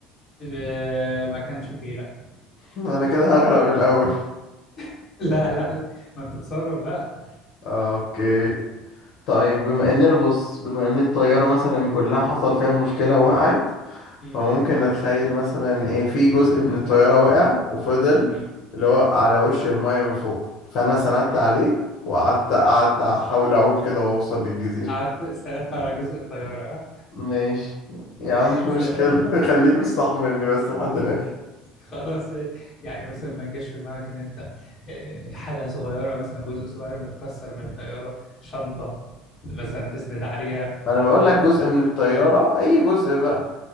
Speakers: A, on the left; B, on the left.
A: اه، ما كانش فيه لا
B: أنا كده هغرق من الأول
A: <laughs> لا لا لا ما انت تتصرف بقى
B: <laughs> اوكي طيب بما اننا بص بما ان الطيارة مثلا كلها حصل فيها مشكلة وقعت
A: مم.
B: فممكن نتخيل مثلا ايه في جزء من الطيارة وقع وفضل
A: مم.
B: اللي هو على وش المية من فوق فانا سندت
A: ن-
B: عليه وقعدت قعدت احاول اعوم كده واوصل للجزيرة
A: قعدت سردت على جزء الطيارة اه
B: ماشي يا عم
A: <laughs>
B: مش مشكلة
A: سردت
B: <laughs> خليك مستحملني بس لحد الاخر
A: خلاص اه، يعني مثلا ما جاش في دماغك ان انت اه، حاجة صغيرة مثلا جزء صغير متكسر من الطيارة شنطة مثلا تسند عليها
B: ما انا بقول لك جزء من الطيارة اي جزء بقى